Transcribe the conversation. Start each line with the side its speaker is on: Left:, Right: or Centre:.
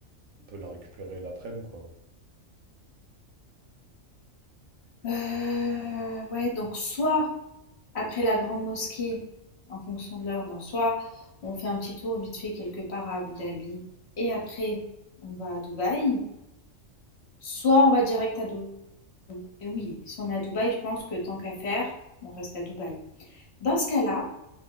Right: on peut la récupérer l'après-midi, quoi.
Left: Euh, ouais, donc soit après la grande mosquée, en fonction de l'heure, donc soit on fait un petit tour vite fait quelque part à Abu Dhabi et après on va à Dubaï, soit on va direct à Dubaï. Et oui, si on est à Dubaï, je pense que tant qu'à faire, on reste à Dubaï. Dans ce cas-là,